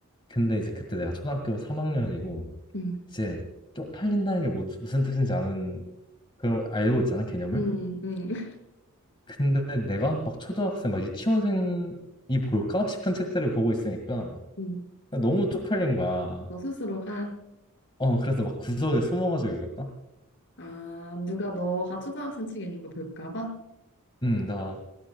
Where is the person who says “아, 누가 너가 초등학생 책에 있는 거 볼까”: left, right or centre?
Left